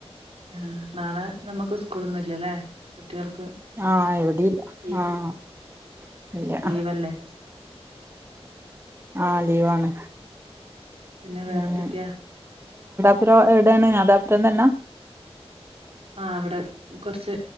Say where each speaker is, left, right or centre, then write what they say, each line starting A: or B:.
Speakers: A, on the right (about 60°); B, on the right (about 20°).
A: ആഹ് നാളെ നമ്മുക്ക് സ്കൂളൊന്നും ഇല്ലല്ലേ കുട്ടികൾക്ക്
B: ആഹ് എവിടെയില്ല
A: ലീ
B: ആഹ് ഇല്ല
A: ലീവല്ലേ
B: ആ് ലീവാണ്
A: പിന്നെ വേറെന്തൊക്കെയാ
B: <unintelligible> ത്ര എവിടെയാണ് <unintelligible> തന്നാ
A: ആഹ് അവിടെ കുറച്ച്